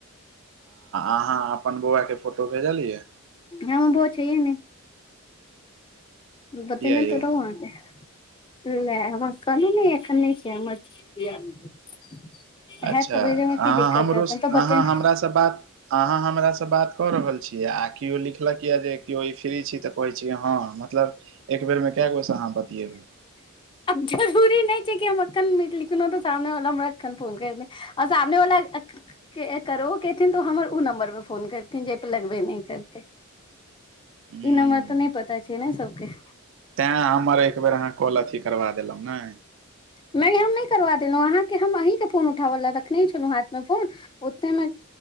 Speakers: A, on the right (about 60°); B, on the left (about 25°).
A: अहाँ अपन बौआ के फोटो भेजलियै?
B: हमर बौआ छैहे नै बतेने
A: किया यै
B: त रहौं अहांके लए हमरा कहलहु ने एखन नहि छै हमर।
A: अच्छा
B: हैत तऽ
A: अहाँ
B: भेजैमे की दिक्कत
A: हमरोस
B: हेत हम तऽ बतेने
A: अहाँ हमरास बात अहाँ हमरास बात कऽ रहल छी। आ केओ लिखलक यऽ जे केओ ई फ्री छी तऽ कहै छी हँ मतलब एक बेेर में कए गोेस अहाँ बतियेबै।
B: आब जरूरी नहि छै कि हम अक्खन मीट लिखलौं त सामने वाला हमरा अखन फोन करितै। आ सामने वाला के ए करो कएथिन तऽ हमर उ नम्बर पर फोन करथिन जै पे लगबे नहि करतै।
A: हूं
B: ई नम्बर तऽ नहि पता छै ने सबके।
A: तें हमर एकबेर अहाँ कॉल अथी करबा देलहुँ नै।
B: नहि हम नहि करबा देलहुँ अहाँके हम अहींके फोन उठाबऽ लए रखने छलहुँ हाथ मे फोन। ओतेमे